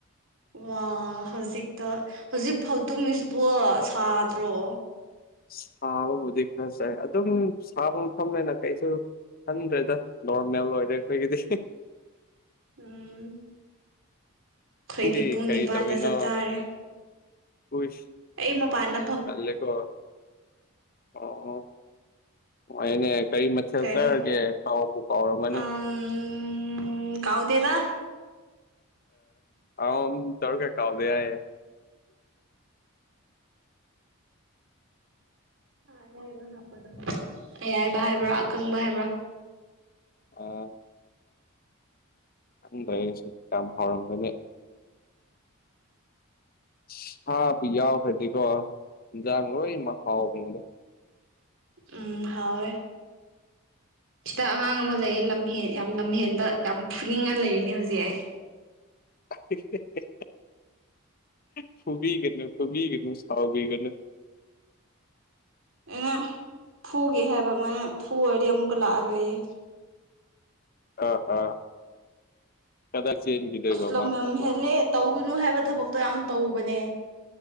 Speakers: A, on the right; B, on the left.
A: ꯋꯥ ꯍꯧꯖꯤꯛꯇ ꯍꯧꯖꯤꯛ ꯐꯥꯎ ꯇꯨꯝꯃꯤꯁꯦ ꯁꯥꯗ꯭ꯔꯣ
B: ꯁꯥꯕꯕꯨꯗꯤ ꯈꯔꯥ ꯁꯥꯏ ꯑꯗꯨꯝ ꯁꯥꯕ ꯃꯐꯝꯅꯦꯅꯥ ꯀꯩꯁꯨ ꯈꯟꯗ꯭ꯔꯦꯗ ꯅꯣꯔꯃꯦꯜ ꯑꯣꯏꯔꯦ ꯑꯩꯈꯣꯏꯒꯤꯗꯤ
A: ꯎꯝ ꯑꯩꯈꯣꯏꯗꯤ
B: ꯅꯪꯗꯤ
A: ꯄꯨꯡ
B: ꯀꯔꯤ
A: ꯅꯤꯄꯥꯟꯗ
B: ꯇꯧꯔꯤꯅꯣ
A: ꯆꯥꯛ ꯆꯔꯦ
B: ꯎꯏꯁ
A: ꯑꯩ ꯃꯄꯥꯟꯗꯥ
B: ꯇꯜꯂꯦꯀꯣ ꯑꯣ ꯍꯣꯏ ꯅꯦ ꯀꯔꯤ ꯃꯠ ꯁꯦꯜꯆꯔꯒꯦ
A: ꯀꯩꯅꯣ
B: ꯀꯥꯎ ꯕꯨ ꯀꯥꯎꯔꯝꯃꯅꯤ
A: ꯑꯝ ꯀꯥꯎꯗꯦꯗ
B: ꯑꯝ ꯑꯝ ꯇꯧꯔꯒꯥ ꯀꯥꯎꯗꯦꯌꯦ
A: ꯑꯗꯦꯕ ꯍꯥꯄꯗ <unintelligible> ꯑꯌꯥꯏꯕ ꯍꯥꯏꯕ꯭ꯔꯥ ꯑꯀꯪꯕ ꯍꯥꯏꯕ꯭ꯔꯥ
B: ꯑꯥ ꯈꯪꯗꯦ ꯑꯩꯁꯨ ꯌꯥꯝ ꯍꯥꯎꯔꯝꯒꯅꯤ ꯏꯁ ꯁꯥꯕꯨ ꯌꯥꯎꯈ꯭ꯔꯗꯤꯀꯣ ꯏꯟꯁꯥꯡ ꯂꯣꯏꯃꯛ ꯍꯥꯎꯕꯤꯅꯤ
A: ꯎꯝ ꯍꯥꯎꯋꯦ ꯁꯤꯗꯥ ꯑꯉꯥꯡ ꯑꯃꯥ ꯂꯩꯌꯦ ꯂꯝꯍꯦꯟ ꯌꯥꯝ ꯂꯝꯍꯦꯟꯕꯥ ꯌꯥꯝ ꯐꯨꯅꯤꯡꯉꯥ ꯂꯩꯔꯤꯅꯦ ꯍꯧꯖꯤꯛ ꯑꯩ
B: <unintelligible> ꯐꯨꯕꯤꯒꯅꯨ ꯐꯨꯕꯤꯒꯅꯨ ꯁꯥꯎꯕꯤꯒꯅꯨ
A: ꯑꯩꯅ ꯐꯨꯒꯦ ꯍꯥꯏꯕ ꯃꯅꯥ ꯐꯨꯔꯥꯗꯤ ꯑꯃꯨꯛꯀꯥ ꯂꯥꯛꯑꯔꯣꯏꯌꯦ
B: ꯑꯥ ꯑꯥ ꯀꯗꯥꯏ ꯆꯦꯟꯈꯤꯗꯣꯏꯕ
A: ꯑꯁ ꯂꯝ
B: ꯃꯅꯥ
A: ꯌꯥꯝ
B: ꯑꯃꯨꯛ
A: ꯍꯦꯜꯂꯦ ꯇꯧꯒꯅꯨ ꯍꯥꯏꯕ ꯊꯕꯛꯇꯣ ꯌꯥꯝ ꯇꯧꯕꯅꯦ